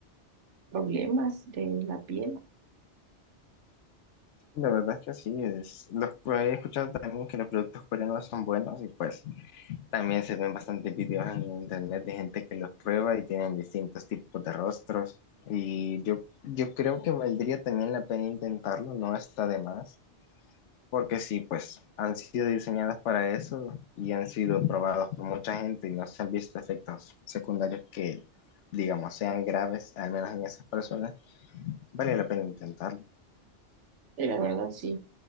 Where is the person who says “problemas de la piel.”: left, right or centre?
Right